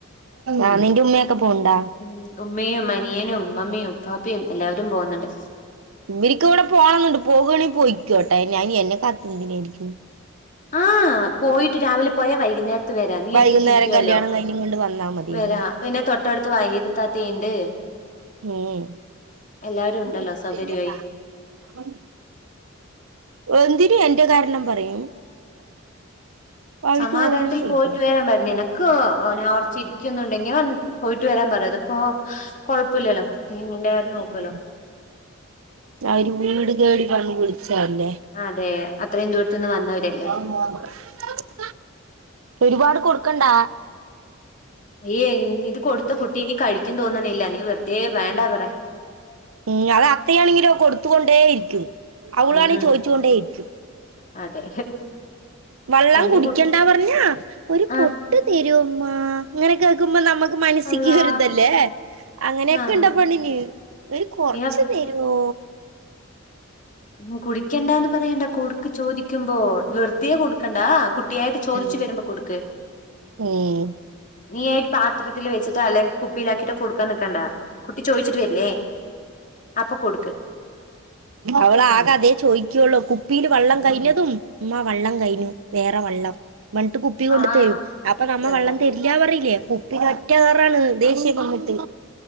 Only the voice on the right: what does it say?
ആ നിന്റെ ഉമ്മയൊക്കെ പോണ്ടാ
ഇവരിക്കും ഇവിടെ പോണണ്ട് പോകുകയാണെങ്കിൽ പോയിക്കു കേട്ടെ ഞാൻ എന്നെ കാത്ത് നിന്തിന ആയിരിക്കു
വൈകുന്നേരം
കല്യാണം കഴിഞ്ഞ് ഇങ്ങണ്ട് വന്നാ മതിയല്ലോ
ഏ.
എന്തിനു എന്റെ കാരണം പറയും അവർക്ക്
പോവാണെങ്കി പോയിക്കോട്ടെ
ഉ ആര് വീട് കേടി പൺ വിളിച്ചല്ലേ
മ <unintelligible> ഒരുപാട് കൊടുക്കണ്ടാ
ഉം അത് അത്തയാണെങ്കിലോ കൊടുത്തുകൊണ്ടേ ഇരിക്കും അവളാണെ
ചോദിച്ചുകൊണ്ടേയിരിക്കും
വെള്ളം
കുടിക്കണ്ടാ
പറഞ്ഞാ ഒരു പൊട്ട്
തര്മ്മ അങ്ങനെ കേൾക്കുമ്പോ നമുക്ക് മനസ്സിക്ക്
ഒരുതല്ലേ അങ്ങനെയൊക്കെ
ഇണ്ടാ പണ്ണിന് ഒരു കൊറച്ച്
തരൊ
ഉം
ഉം
അവള ആകെ അതേ ചോദിക്കുള്ളോ കുപ്പിൽ വെള്ളം കഴിഞ്ഞതും ഉമാ വെള്ളം കഴിഞ്ഞു വേറെ വെള്ളം മിട്ട് കുപ്പി കൊണ്ട്
തരും അപ്പൊ നമ്മ
വെള്ളം തരില്ല പറയില്ലേ കു പി ഒറ്റ ഏറാണ് ദേശ്യം വന്നിട്ട്